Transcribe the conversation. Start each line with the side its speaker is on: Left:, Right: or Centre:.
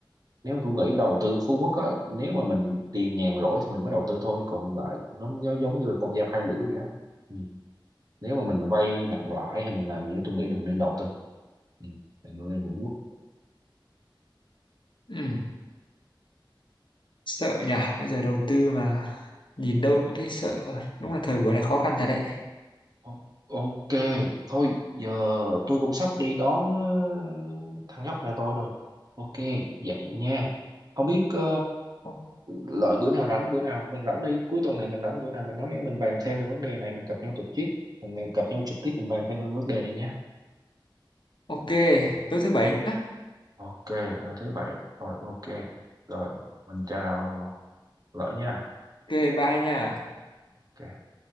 Right: nếu mà tôi nghĩ đầu tư Phú Quốc á nếu mà mình tiền nhàn rỗi thì mình mới đầu tư thôi còn lại nó, nó giống như là con dao hai lưỡi vậy đó ừ. nếu mà mình vay nặng lãi hay mình làm gì đó tôi nghĩ đừng nên đầu tư ừ. đừng nên lên Phú Quốc
Left: Ừ. sợ nhỉ bây giờ đầu tư mà nhìn đâu cũng thấy sợ đúng là thời buổi này khó khăn thật đấy
Right: O- Ok, thôi giờ tôi cũng sắp đi đón ờ, thằng nhóc nhà tôi rồi. Ok, vậy nha. Không biết ờ,
Left: O-
Right: lợi bữa nào rảnh bữa nào mình rảnh đi, cuối tuần này mình rảnh bữa nào mình nói mình bàn thêm về vấn đề này, mình gặp nhau trực tiếp, mình gặp nhau trực tiếp mình bàn thêm về vấn đề này nhé.
Left: ok tối thứ bảy nhá
Right: Ok, rồi thế vậy. Rồi ok. Rồi mình chào lợi nha.
Left: ok bye nha
Right: Ok.